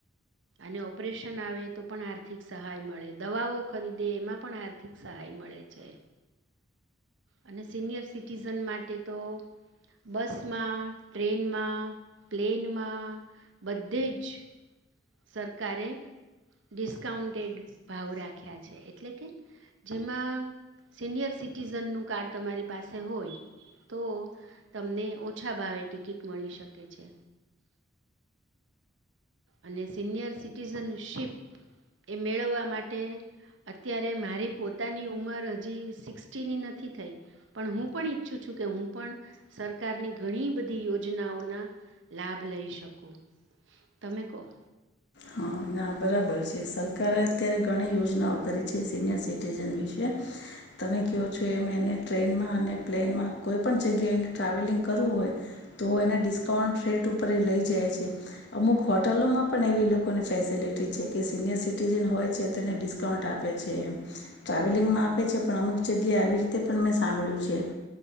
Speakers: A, on the right; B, on the left.
A: અને ઓપરેશન આવે તો પણ આર્થિક સહાય મળે દવાઓ ખરીદે એમાં પણ આર્થિક સહાય મળે. લેછે. અને સિનિયર સિટીઝન માટે તો બસમાં, ટ્રેનમાં, પ્લેનમાં બધે જ સરકારે ડિસ્કાઉન્ટેડ ભાવ રાખ્યા છે એટલે કે જેમાં સિનિયર સિટીઝનનું કાર્ડ તમારી પાસે હોય તો તમને ઓછા ભાવે ટિકિટ મળી શકે છે. અને સિનિયર સિટીઝનશીપ એ મેળવવા માટે અત્યારે મારી પોતાની ઉંમર હજી સિક્સટી નથી થઈ, પણ હું પણ ઈચ્છું છું કે હું પણ સરકારની ઘણી બધી યોજનાઓના લાભ લઈ શકું. તમે કો?
B: હા ના બરાબર છે સરકારે અત્યારે ઘણી યોજનાઓ કરી છે સિનિયર સિટીઝન વિશે. તમે કહો છો એમ એને ટ્રેનમાં અને પ્લેનમાં કોઈ પણ જગ્યાએ એને ટ્રાવેલિંગ કરવું હોય તો એને ડિસ્કાઉન્ટ રેટ ઉપર એ લઈ જાય છે, અમુક હોટલોમાં પણ એવી લો લોકોને ફેસિલિટી છે કે સિનિયર સિટીઝન હોય છે તો એને ડિસ્કાઉન્ટ આપે છે એ ટ્રાવેલિંગમાં આપે છે પણ અમુક જગ્યાએ આવી રીતે પણ મેં સાંભળ્યું છે,